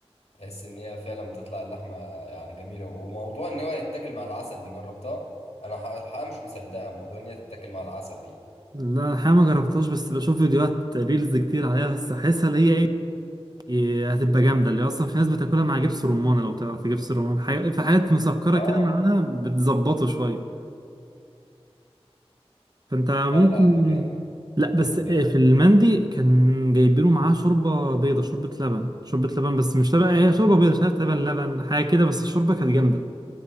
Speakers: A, on the left; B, on the right.
A: تحس ان هي فعلا بتطلع اللحمه يعني جميله وموضوع ان هو يتاكل مع العسل دي جربتها انا ح- الحقيقه مش مصدقها موضوع ان هي تتاكل مع العسل دي
B: لا الحقيقه ما جربتهاش بس بشوف فيديوهات ريلز كتير عليها بس احسها اللي هي ايه إيه، هتبقى جامده اللي اصلا في ناس بتاكلها مع جبس رمان لو تعرف جبس الرمان في حاجات في حاجات مسكره
A: اه
B: كده معاها بتظبطه شويه فانت ممكن
A: لا لا ده جامد
B: لا
A: المندي
B: بس إيه،
A: جامد
B: في المندي كان جايبينه معاه شوربه بيضه شوربه لبن شوربه لبن بس مش لبن هي شوربه بيضه مش عارف لبن لبن حاجه كده بس الشوربه كانت جامده